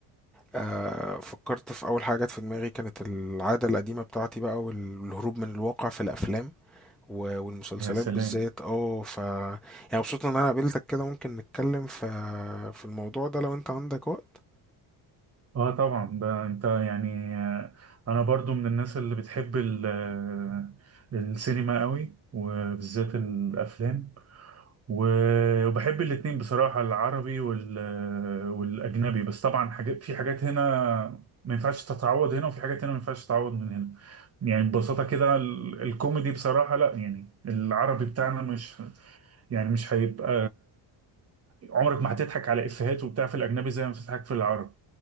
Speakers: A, in the centre; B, on the right (about 30°).
A: آه فكرت في اول حاجة جت في دماغي كانت العادة القديمة بتاعتي بقى والهروب من الواقع في الافلام و- والمسلسلات
B: يا سلام
A: بالذات اه ف يعني مبسوط ان انا قابلتك كده ممكن نتكلم في في الموضوع ده لو انت عندك وقت
B: اه طبعا ده انت يعني آه، انا برضو من الناس اللي بتحب ال- آه، السينما قوي وبالذات الافلام و- وبحب الاتنين بصراحة العربي وال... والأجنبي بس طبعا حاجات في حاجات هنا ما ينفعش تتعوض هنا وفي حاجات هنا ما ينفعش تتعوض من هنا يعني ببساطة كده ال- الكوميدي بصراحة لا يعني العربي بتاعنا مش يعني مش هيبقى عمرك ما هتضحك على إفيهات وبتاع في الأجنبي زي ما بتضحك في العربي